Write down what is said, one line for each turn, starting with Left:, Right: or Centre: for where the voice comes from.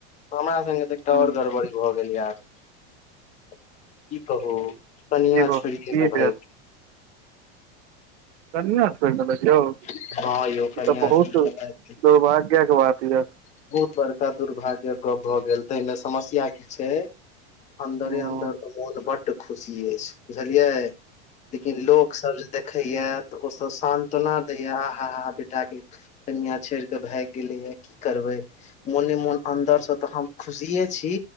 Left: हमरा संगे तऽ एकटा
Right: हूँ
Left: और गड़बड़ी भऽ गेल या आब। की कहू कनिआ
Right: की गप
Left: छोइड़ के
Right: की
Left: तऽ भाइग-
Right: भेल कनिया छोइड़ देलक यत इ
Left: गेल। हँ यौ कनिया
Right: त बहुत
Left: छोड़ि कऽ भागि
Right: दुर्भाग्य यक बात यऽ।
Left: बहुत बड़का दुर्भाग्यक गप भऽ गेल। तयमे समस्या की छिय अन्दरे
Right: हँ
Left: अन्दर त मोन बड खुशी अइछ बुझलियै लेकिन लोकसभ देखैये त ओसभ सानत्वना दैये आहाहा बेटाके कनियाँ छोइड़ कऽ भागि गेलैए की करबै मोने मोन अन्दर से त हम खुशिये छी